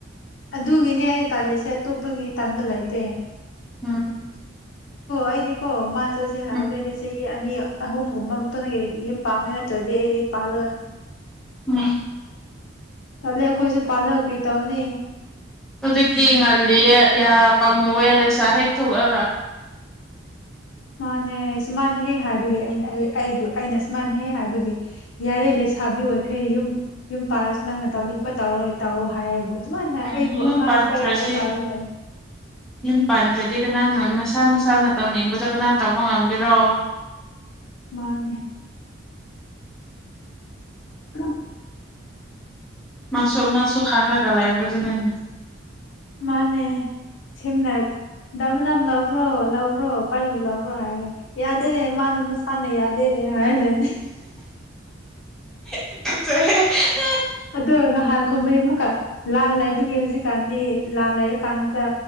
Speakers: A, on the left; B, in the centre.
A: ꯑꯗꯨꯒꯤꯅꯦ ꯑꯩꯅ ꯇꯥꯜꯂꯤꯁꯦ ꯑꯇꯣꯞꯄꯒꯤ ꯇꯥꯟꯕ ꯂꯩꯇꯦ
B: ꯎꯝ
A: ꯑꯗꯨꯗꯤ ꯀꯣ ꯃꯥꯅ ꯆꯠꯁꯦ ꯍꯥꯏꯗꯩꯗꯤ
B: ꯎꯝ
A: ꯆꯍꯤ ꯑꯅꯤ ꯑꯍꯨꯝꯒꯨꯝꯕ ꯑꯃꯇꯒꯤ ꯌꯨꯝ ꯄꯥꯛꯅꯤ ꯅꯠꯇ꯭ꯔꯗꯤ ꯑꯩꯗꯤ ꯄꯥꯜꯂꯣꯏ
B: ꯎꯝ
A: ꯇꯂꯦꯈꯣꯏꯁꯨ ꯄꯜꯛ ꯀꯔꯤ ꯇꯎꯅꯤ
B: ꯍꯧꯖꯤꯛꯇꯤ ꯉꯜꯂꯤꯌꯦ ꯌꯥ ꯄꯥꯝꯃꯨꯑꯦ ꯂꯩꯁꯥ ꯍꯦꯛ ꯊꯣꯛꯂꯛꯑꯒ
A: ꯃꯥꯅ ꯁꯨꯃꯥꯟꯅꯍꯦ ꯍꯥꯏꯕꯒꯤ ꯑꯩꯅ ꯑꯩꯕꯨ ꯑꯩꯅ ꯁꯨꯃꯥꯟꯅꯍꯦꯛ ꯍꯥꯏꯕꯒꯤ ꯌꯥꯔꯦ ꯂꯩꯁꯥꯕꯤ ꯑꯣꯏꯈ꯭ꯔꯦ ꯌꯨꯝ ꯌꯨꯝ ꯄꯥꯜꯂꯁꯨ ꯅꯪꯅ ꯇꯧꯅꯤꯡꯕ ꯇꯧꯔ ꯇꯧꯑꯣ ꯍꯥꯏꯌꯦꯕꯨ ꯁꯨꯃꯥꯏꯅ
B: ꯎꯝ
A: ꯑꯩꯕꯨ
B: ꯌꯨꯝ
A: ꯑꯉꯥꯡ
B: ꯄꯥꯟ
A: ꯃꯆꯥꯒꯤ
B: ꯈꯔꯗ
A: ꯇꯥꯏꯞꯇ ꯇꯧꯔ ꯂꯩ
B: ꯌꯨꯝ ꯄꯥꯟ ꯈꯔꯗ ꯀꯅꯥꯅ ꯃꯁꯥ ꯃꯁꯥꯅ ꯇꯧꯅꯤꯡꯕꯗꯣ ꯀꯅꯥ ꯇꯧꯕ ꯉꯝꯕꯤꯔꯣ
A: ꯃꯥꯅꯦ ꯑ
B: ꯃꯥꯁꯨ ꯃꯥꯁꯨ ꯈꯥꯡꯅꯒꯂ ꯖꯗꯅ
A: ꯃꯥꯅꯦ ꯁꯦꯝꯅ ꯅ ꯂꯥꯎꯎꯈ꯭ꯔꯣ ꯂꯥꯎꯈ꯭ꯔꯣ ꯄꯥꯏꯕ ꯂꯥꯎꯈ꯭ꯔꯣ ꯍꯥꯏꯔꯦꯒ ꯌꯥꯗꯅꯦ ꯃꯥ ꯃ ꯍꯅ ꯌꯥꯗꯦꯅꯦ ꯌꯥꯌꯥꯔ ꯂꯩꯦꯅꯦ
B: <inaudible>
A: ꯑꯗꯣ ꯅꯍꯥꯟ ꯈꯣꯕꯅꯤ ꯑꯃꯨꯛꯀ ꯂꯥꯟ ꯂꯩꯕꯒꯤ ꯍꯧꯖꯤꯛꯀꯥꯟꯗꯤ ꯂꯥꯟ ꯂꯩꯔ ꯀꯥꯟꯁꯤꯗ